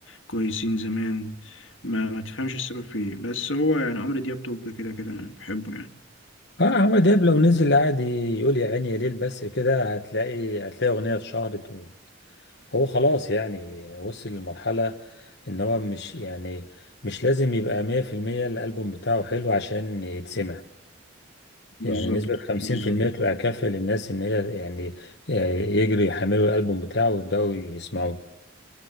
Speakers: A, on the left; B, on the left.
A: كويسين زمان ما, ما تفهمش السبب في إيه بس هو يعني عمرو دياب توب كده كده أنا بحبه يعني
B: اه عمرو دياب لو نزل قاعد يقول يا عيني يا ليل بس كده هتلاقي هتلاقي اغنيه اتشهرت وهو خلاص يعني وصل لمرحله ان هو مش يعني مش لازم يبقى 100% الالبوم بتاعه حلو عشان يتسمع
A: بالظبط
B: يعني نسبة 50%
A: بالظبط
B: تبقى كافية للناس إن هي يعني آه، يجروا يحملوا الألبوم بتاعه ويبدأوا يسمعوه